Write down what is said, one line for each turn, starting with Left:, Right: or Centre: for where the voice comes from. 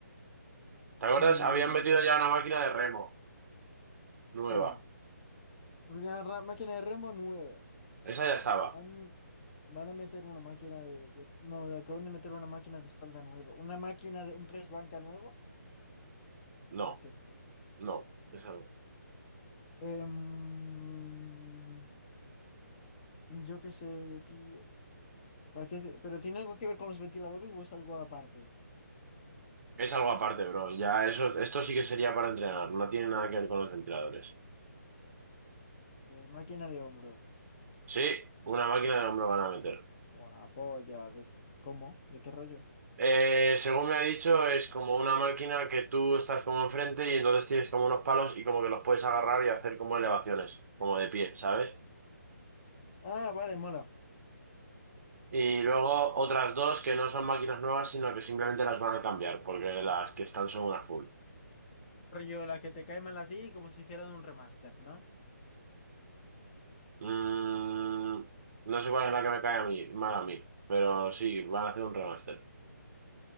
Right: ¿Te acuerdas?
Left: Mm,
Right: Habían metido ya una máquina de remo nueva.
Left: sí. Una ra- máquina de remo nueva.
Right: Esa ya estaba.
Left: Am- van a meter una máquina de, de- No, de- acaban de meter una máquina de espalda nueva. Una máquina de un press banca nuevo.
Right: No,
Left: ¿Para qué?
Right: no, es algo.
Left: Em, Yo qué sé, tío. ¿Para qué te- ¿Pero tiene algo que ver con los ventiladores o es algo aparte?
Right: Es algo aparte, bro. Ya eso, esto sí que sería para entrenar, no tiene nada que ver con los ventiladores.
Left: Eh, máquina de hombro.
Right: Sí, una máquina de hombro van a meter.
Left: Una polla. ¿De qué- ¿Cómo? ¿De qué rollo?
Right: Eh, según me ha dicho, es como una máquina que tú estás como enfrente y entonces tienes como unos palos y como que los puedes agarrar y hacer como elevaciones, como de pie, ¿sabes?
Left: Ah, vale, mola.
Right: Y luego otras dos que no son máquinas nuevas, sino que simplemente las van a cambiar, porque las que están son una full.
Left: Rollo, la que te cae mal a ti, como si hicieran un remaster, ¿no?
Right: Mm, no sé cuál es la que me cae a mí, mal a mí, pero sí, van a hacer un remaster.